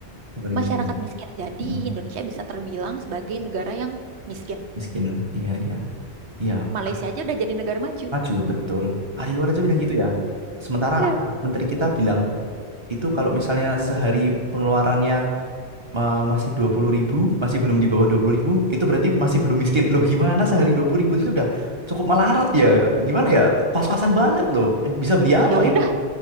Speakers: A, on the right; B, on the right.
A: Seperti miskin.
B: masyarakat miskin. Jadi
A: Mm-mm.
B: Indonesia bisa terbilang sebagai negara yang miskin.
A: Miskin. Iya, iya. Iya.
B: Malaysia
A: ahli
B: aja udah jadi negara maju.
A: Maju, betul. Ahli luar aja bilang gitu ya. Sementara
B: <laughs>
A: menteri kita bilang itu kalau misalnya sehari pengeluarannya eh, masih 20.000 ribu, masih belum di bawah 20.000 ribu, itu berarti masih belum miskin. Loh gimana sehari 20.000 ribu itu udah cukup melarat ya? Gimana ya? Pas-pasan banget loh. Bisa beli apa
B: Ya
A: itu?
B: udah,